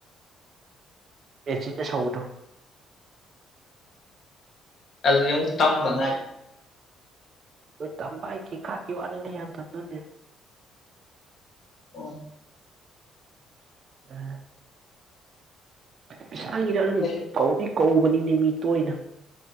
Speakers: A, on the right; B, on the left.
A: ꯃꯦꯆꯗ ꯁꯧꯗꯣ
B: ꯑꯗꯨ ꯑꯃꯨꯛ ꯇꯝꯕꯗ꯭ꯔ
A: ꯍꯣꯏ ꯇꯝꯕ ꯑꯩ ꯀꯤ ꯈꯥꯀꯤ ꯋꯥꯅꯤꯅꯦ ꯌꯥꯝ ꯇꯝꯗꯣꯏꯅꯦ
B: ꯑꯣ
A: <unintelligible> <unintelligible> ꯏꯁꯩꯥꯒꯤꯗ ꯑꯗꯨꯝ
B: ꯑꯩꯁꯨ
A: ꯐꯧꯗꯤ ꯀꯧꯕꯅꯤꯅꯦ ꯃꯤ ꯇꯣꯏꯅꯥ